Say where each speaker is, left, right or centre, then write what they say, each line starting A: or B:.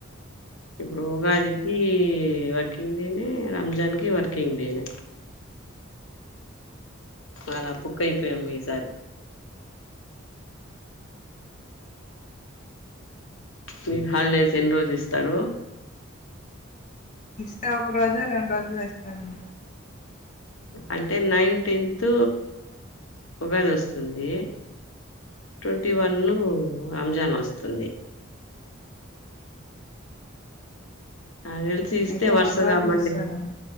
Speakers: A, on the left; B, on the left.
A: ఇప్పుడు ఉగాదికి వర్కింగ్ డేనే రంజాన్ కి వర్కింగ్ డేనే అలా పుక్కైపోయాం ఈ సారి మీకు హాలిడేస్ ఎన్ని రోజ్లు ఇస్తారు
B: ఇస్తే ఒక రోజు రెండు రోజులు ఇస్తారంతే
A: అంటే నైన్టీన్త్ ఉగాది వస్తుంది ట్వంటీ వన్న్ను రంజాన్ వస్తుంది నద్ తెలిసి ఇస్తే
B: అయితే
A: వరుసగామ్మండి
B: మూడు రోజులు ఇస్తారమ్మ